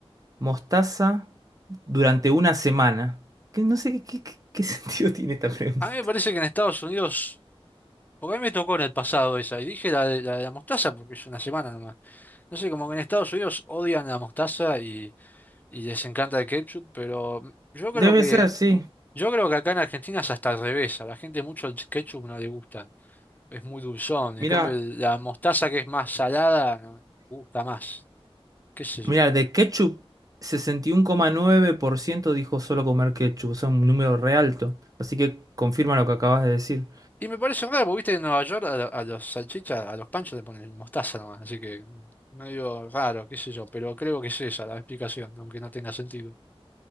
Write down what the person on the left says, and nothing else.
A mí me parece que en Estados Unidos, porque a mí me tocó en el pasado esa, y dije la de la, de la mostaza porque es una semana nomás. No sé, como que en Estados Unidos odian la mostaza y, y les encanta el ketchup, pero yo creo
que
Yo creo que acá en Argentina es hasta al revés, a la gente mucho el ketchup no le gusta, es muy dulzón, en
cambio la mostaza que es más salada no, gusta más, qué sé yo.
Y me parece raro, porque viste que en Nueva York a, lo- a los salchichas, a los panchos le ponen mostaza nomás, así que medio raro, qué sé yo, pero creo que es esa la explicación, aunque no tenga sentido.